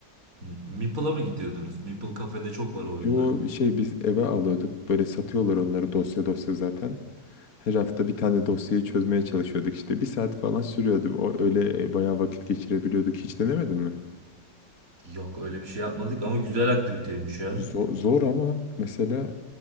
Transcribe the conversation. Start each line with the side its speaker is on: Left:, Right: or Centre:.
Right: M- Meeple'a mı gidiyordunuz? Meeple kafede çok var o oyunlar.
Left: Yo şey biz eve alıyorduk. Böyle satıyorlar onları dosya dosya zaten. Her hafta bir tane dosyayı çözmeye çalışıyorduk işte. Bir saat falan sürüyordu. O öyle e, bayağı vakit geçirebiliyorduk. Hiç denemedin mi?
Right: Yok öyle bir şey yapmadık ama güzel aktiviteymiş ya.
Left: Zor, zor ama mesela